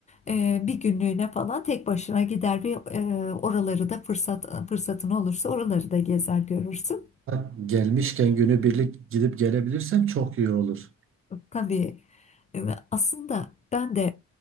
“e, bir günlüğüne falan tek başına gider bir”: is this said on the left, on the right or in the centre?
Left